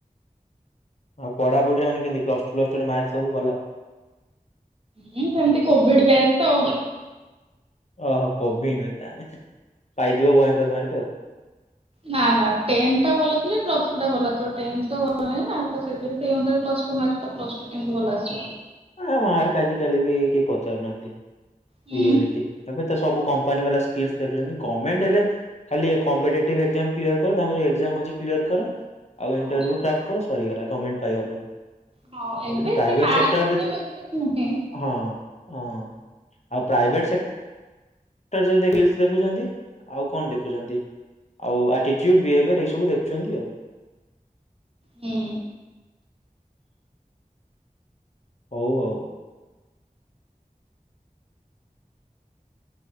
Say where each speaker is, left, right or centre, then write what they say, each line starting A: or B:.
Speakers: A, on the left; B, on the right.
A: ଆଉ ପଢ଼ା ପୁଢି଼ରେ ମାନେ କେମତି ପ୍ଲସ ଟୁ ପ୍ଲସ ଟୁ ରେ ମାର୍କ ସବୁ ଭଲ।
B: ହଁୁ ସେମିତି କୋଭିଡ ବ୍ୟାଚ ତ ଆଉ।
A: ଓହୋ କୋବି ନୁହେଁ ତାହେନେ ପାଇଥିବ ଭୟଙ୍କର ମାର୍କ ଆଉ।
B: ନା ନା ଟେନ୍ଥ ଟା ଭଲ ଥିଲେ ପ୍ଲସ୍ ଟୁ ଟା ଭଲ ଆସିବ ଟେନ୍ଥ ତ ଭଲ ନାହିଁ ତ ସେଇଥିଲାଗି ସେଇ ଅନୁସାରେ ପ୍ଲସ ଟୁ ମାର୍କ ତ ପ୍ଲସ ଟୁ କେମତି ଭଲ ଆସିବ।
A: ଆଉ ମାର୍କ ଆଜି କାଲି ବି କେହି ପଚାରୁନାହାନ୍ତି।
B: ହୁଁ
A: ଏ ରିୟାଲିଟି ପୋ ତ ସବୁ କମ୍ପାନୀ ବାଲା ସ୍କିଲ ଦେଖୁଛନ୍ତି ଗମେଣ୍ଟ ହେଲେ ଖାଲି କମ୍ପିଟେଟିଭ ଏକ୍ଜାମ କ୍ଲିୟର କର ତାଙ୍କୁ ଯୋଉ ଏକ୍ଜାମ୍ ଅଛି କ୍ଲିୟର କର। ଆଉ
B: ହଁ
A: ଇଣ୍ଟରଭ୍ୟୁ କ୍ରାକ୍ କର ସରିଗଲା ଗମେଣ୍ଟ। ପାଇଗଲ।
B: ହଁ
A: ଆଉ
B: ଏବେ
A: ଯଦି ପ୍ରାଇଭେଟ
B: ସେ ମାର୍କ
A: ସେକ୍ଟର
B: ଏତେ
A: ଯଦି
B: ବେଶିକ୍ ନୁହେଁ
A: ହଁ ହଁ। ଆଉ ପ୍ରାଇଭେଟ ସେକ୍ଟର ସ୍କିଲ୍ ଦେଖୁଛନ୍ତି ଆଉ କଣ ଦେଖୁଛନ୍ତି ଆଉ ଆଟିଟ୍ୟୁଡ ବିହେବିୟର ଏସବୁ ଦେଖୁଛନ୍ତି ଆଉ।
B: ହୁଁ।
A: ହଉ ଆଉ।